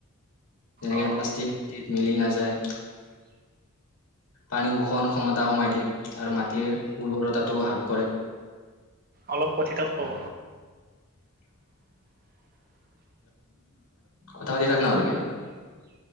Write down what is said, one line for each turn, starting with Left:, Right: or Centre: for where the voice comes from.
Left: যেনেকে
Right: অ'
Left: প্লাষ্টিক মিলি নাযায়। পানী উুষন ক্ষমতা কমাই দিয়ে আৰু মাটিৰ উৰ্বৰতাটো হ্ৰাস কৰে।
Right: অলপ কথিতত কব
Left: কথা পাতি থাক না ভালকে